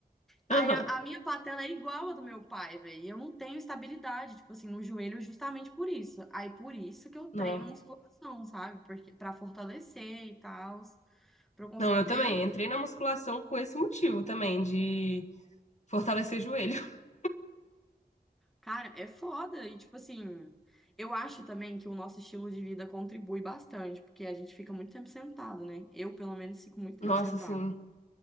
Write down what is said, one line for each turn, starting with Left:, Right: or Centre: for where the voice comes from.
Centre: Aí
Left: Aham.
Centre: a, a minha patela é igual à do meu pai, velho. E eu não tenho estabilidade, tipo assim, no joelho justamente por isso. Aí por isso que eu
Left: Não.
Centre: treino musculação, sabe? Porque para fortalecer e tal, para eu conseguir
Left: Não, eu
Centre: ter,
Left: também entrei na musculação com esse motivo também, de fortalecer joelho. <laughs>
Centre: cara, é foda. E tipo assim, eu acho também que o nosso estilo de vida contribui bastante, porque a gente fica muito tempo sentado, né? Eu, pelo menos, fico muito tempo
Left: Nossa,
Centre: sentado
Left: sim.